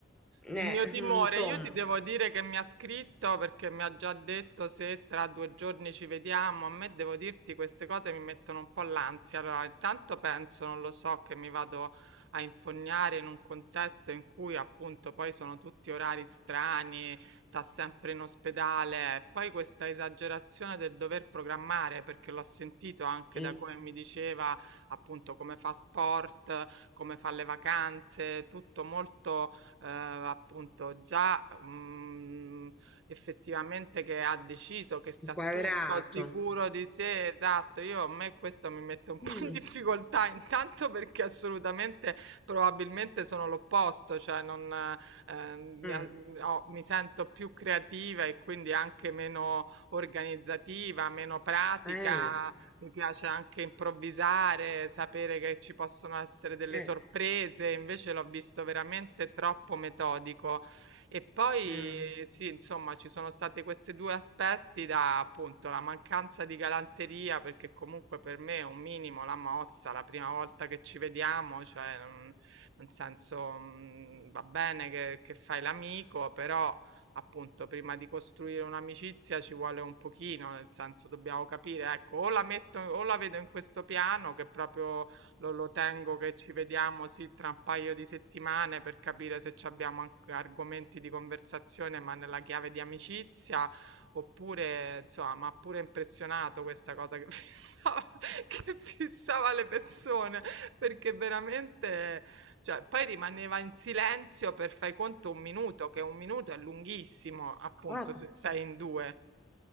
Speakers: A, in the centre; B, on the right (about 65°).
A: eh,
B: Il mio timore,
A: mm, insomma,
B: io ti devo dire che mi ha scritto perché mi ha già detto se tra due giorni ci vediamo. A me devo dirti queste cose mi mettono un po' l'ansia. Allora, intanto penso, non lo so, che mi vado a infognare in un contesto in cui appunto poi sono tutti orari strani, sta sempre in ospedale. E Poi questa esagerazione del dover programmare, perché l'ho sentito anche
A: mm,
B: da come mi diceva appunto come fa sport come fa le vacanze, tutto molto eh, appunto già mh, effettivamente che ha deciso, che sa
A: inquadrato.
B: tutto, sicuro di sé, esatto. Io a me questo mi mette un <laughs> po'
A: Mm,
B: in difficoltà, intanto perché assolutamente probabilmente sono l'opposto, cioè non, eh, mi,
A: mm,
B: ho- mi sento più creativa e quindi anche meno organizzativa, meno pratica,
A: eh.
B: mi piace anche improvvisare, sapere che ci possono essere delle
A: Certo.
B: sorprese, invece l'ho visto veramente troppo metodico. E poi
A: Mh.
B: sì, insomma, ci sono stati questi due aspetti da appunto la mancanza di galanteria, perché comunque per me è un minimo la mossa, la prima volta che ci vediamo, cioè,
A: Sì.
B: mm, nel senso, mm, va bene che, che fai l'amico, però appunto prima di costruire un'amicizia ci vuole un pochino, nel senso dobbiamo capire, ecco, o la metto, o la vedo in questo piano che proprio lo, lo tengo che ci vediamo sì tra un paio di settimane per capire se ci abbiamo anche argomenti di conversazione ma nella chiave di amicizia, oppure insomma, mi ha pure impressionato questa cosa che <laughs> fissava, che fissava le persone, perché veramente cioè, poi rimaneva in silenzio per fai conto un minuto, che un minuto è lunghissimo, appunto,
A: Ah.
B: se sei in due.